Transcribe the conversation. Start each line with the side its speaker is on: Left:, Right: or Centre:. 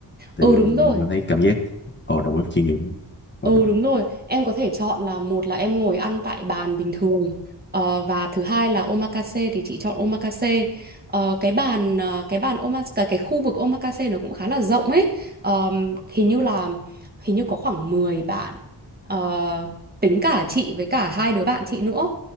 Left: tại
Right: ừ
Left: vì
Right: đúng rồi
Left: em thấy cảm giác ở đầu bếp chuyên nghiệp lắm. Ờ,
Right: Ừ
Left: ừ.
Right: đúng rồi, em có thể chọn là một là em ngồi ăn tại bàn bình thường Ờ, và thứ hai là omakase thì chị chọn omakase. Ờ, cái bàn ờ, cái bàn omakase cái, cái khu vực omakase nó cũng khá là rộng ấy. Ờm, hình như là hình như có khoảng mười bạn Ờ, tính cả chị với cả hai đứa bạn chị nữa.